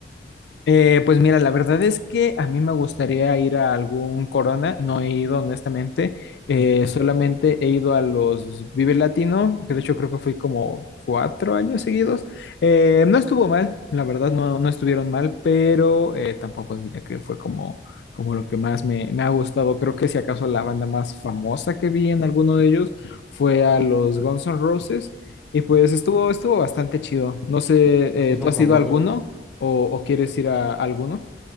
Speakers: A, on the left; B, in the centre.
A: Eh, pues mira, la verdad es que a mí me gustaría ir a algún Corona, no he ido honestamente, eh,
B: Ujú.
A: solamente he ido a los Vive Latino, que de hecho creo que fui como cuatro años seguidos. Eh, no estuvo mal, la verdad no, no estuvieron mal, pero eh, tampoco diría que fue como, como lo que más me, me ha gustado. Creo que si acaso la banda más famosa que vi en alguno de ellos fue a los Guns N' Roses y pues estuvo, estuvo bastante chido. No sé,
B: Ah, pues sí,
A: eh,
B: son
A: ¿tú has
B: famosos.
A: ido a alguno? ¿O, o quieres ir a alguno?